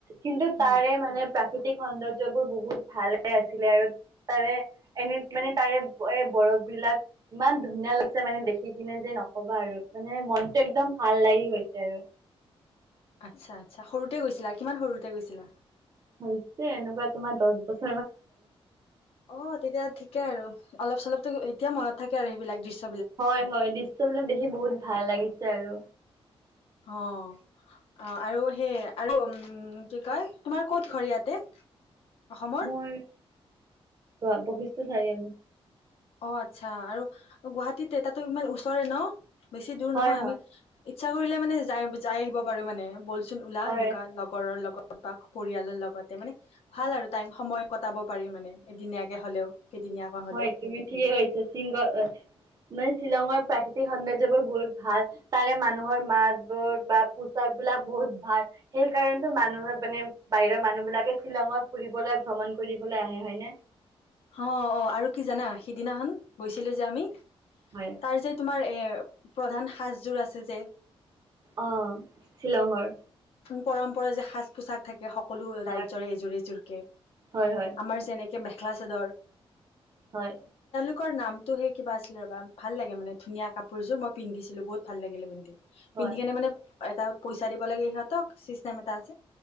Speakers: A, on the right; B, on the left.
A: কিন্তু তাৰে
B: উম
A: মানে প্ৰাক <unintelligible> সৌন্দৰ্যবোৰ বহুত ভালে আছিলে আৰু তাৰে এনে মানে তাৰে এ বৰফ বিলাক ইমান ধুনীয়া লাগিছে মানে দেখি কিনে যে নকবা আৰু মানে মনটো একদম ভাল লাগি গৈছে।
B: আচ্ছা আচ্ছা সৰুতে গৈছিলা কিমান সৰুতে গৈছিলা?
A: সৰুতে এনেকুৱা তোমাৰ দহ বছ
B: অ তেতিয়া ঠিকে আৰু অলপ চলপতো এতিয়া মনত থাকে আৰু সেইবিলাক দৃশ্য
A: হয় হয় দৃশ্যবিলাক দেখি বহুত ভাল লাগিছে। লাগিছে আৰু
B: অ আৰু সেই আৰু উম কি কয় তোমাৰ ক'ত ঘৰ ইয়াতে? অসমৰ
A: মোৰ বিশ্বনাথ চাৰিআলি।
B: অ আচ্ছা আৰু গুৱাহাটীতে তাতো ইমান ওচৰে ন? বেছি দূৰ
A: হয়
B: নহয়
A: হয়
B: আমি ইত ইচ্ছা কৰিলে মানে যাই আহিব পাৰো মানে বলচোন চোন ওলা
A: হয়
B: এনেকুৱা লগৰ লগত তাক পৰিয়ালৰ লগতে মানে ভাল আৰু টাইম সময় কটাব পাৰি মানে এদিনীয়াকে হ'লেও কেইদিনীয়াকৈ হলেও
A: হয় তুমি ঠিকে কৈছা শিংগ মানে শ্বিলংৰ প্ৰাকৃতিক সৌন্দৰ্য্যবোৰ বহুত ভাল তাৰে মানুহৰ মাতবোৰ বা পোচাক বিলাক বহুত ভাল সেই কাৰণে মানুহে মানে বাহিৰৰ মানুহবিলাকে শ্বিলংত ফুৰিবলৈ ভ্ৰমণ কৰিবলৈ আহে হয়নে
B: অ অ আৰু কি জানা সিদিনাখন গৈছিলো যে আমি
A: হয়
B: তাৰ যে তোমাৰ এ প্ৰধান সাজযোৰ আছে যে
A: অ শ্বিলংৰ
B: পৰম্পৰা যে সাজ পোছাক থাকে সকলো ৰাজ্যৰে
A: হয়
B: এযোৰ এযোৰকে
A: হয় হয়
B: আমাৰ যেনেকে মেখেলা মেখেলা চাদৰ
A: হয়
B: তোমাৰ নামটো হে কিবা আছিলে ৰবা ভাল লাগে মানে ধুনীয়া কাপোৰযোৰ মই পিন্ধিছিলো বহুত ভাল লাগিলে পিন্ধি
A: হয়
B: পিন্ধি কেনে মানে এটা পইচা দিব লাগে ইহত চিচটেম এটা আছে